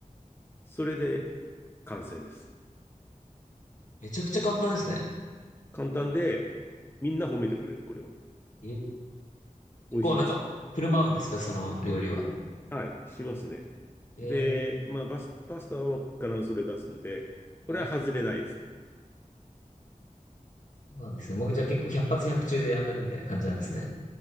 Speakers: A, on the left; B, on the left.
A: それで完成です。
B: めちゃくちゃ簡単ですね。
A: 簡単で、みんな褒めてくれる、これは。
B: え結構なんか、
A: 美味しいっつって。
B: 振る舞うんですか、その料理は。
A: はい、しますね。
B: えー、
A: で、まあ、バス、パスタは必ずそれ出すんで、
B: はい。
A: これは外れないですね。
B: そうなんですね。もうじゃあ結構百発百中で当たるみたいな感じなんですね。